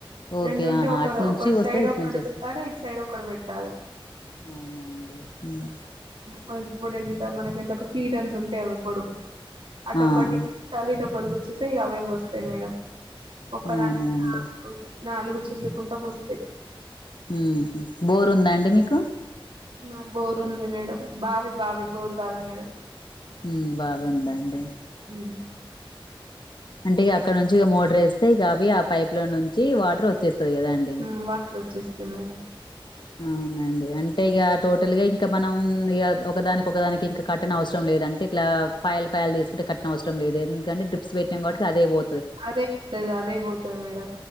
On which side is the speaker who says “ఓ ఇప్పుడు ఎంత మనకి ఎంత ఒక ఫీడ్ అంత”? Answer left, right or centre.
Right